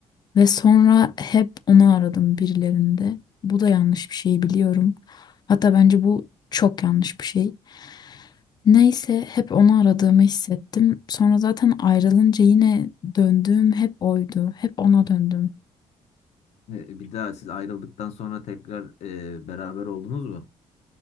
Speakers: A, on the left; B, on the left.
A: ve sonra hep onu aradım birilerinde. Bu da yanlış bir şey biliyorum. Hatta bence bu çok yanlış bir şey. Neyse hep onu aradığımı hissettim. Sonra zaten ayrılınca yine döndüğüm hep oydu. Hep ona döndüm.
B: E, Bir daha siz ayrıldıktan sonra tekrar e, beraber oldunuz mu?